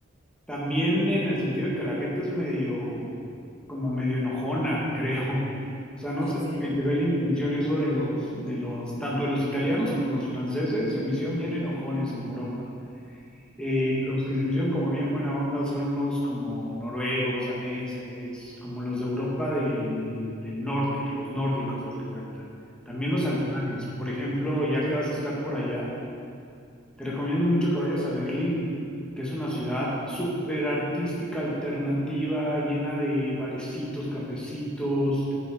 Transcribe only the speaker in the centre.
también en el sentido de que la gente es medio, como medio enojona, <laughs> creo. O sea,
no
sé
si me llevé la intención eso de los, de los, tanto de los italianos como los franceses, se me hicieron bien enojones en Europa. Eh,
los que se me hicieron como bien buena onda son los como noruegos, daneses, como los de Europa del, del norte, los nórdicos, haz de cuenta. También los
alemanes. Por ejemplo, ya que vas a estar por allá, te recomiendo mucho que vayas a Berlín, que es una ciudad súper artística, alternativa, llena de barecitos, cafecitos,